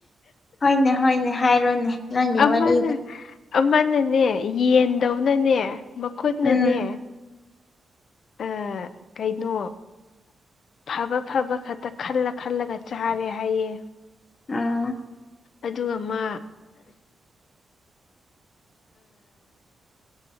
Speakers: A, on the left (about 45°); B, on the left (about 75°).
A: ꯍꯣꯏꯅꯦ ꯍꯣꯏꯅꯦ ꯍꯥꯏꯔꯨꯅꯦ ꯅꯪꯒꯤ
B: ꯑꯃꯅ
A: ꯋꯥꯔꯤꯗ
B: ꯑꯃꯅꯅꯦ ꯌꯦꯟꯗꯧꯅꯅꯦ ꯃꯈꯨꯠꯅꯅꯦ
A: ꯎꯝ
B: ꯑ ꯀꯩꯅꯣ ꯐꯕ ꯐꯕ ꯈꯛꯇ ꯈꯜꯂ ꯈꯜꯂꯒ ꯆꯥꯔꯦ ꯍꯥꯏꯌꯦ
A: ꯑꯥ
B: ꯑꯗꯨꯒ ꯃꯥ
A: <inaudible>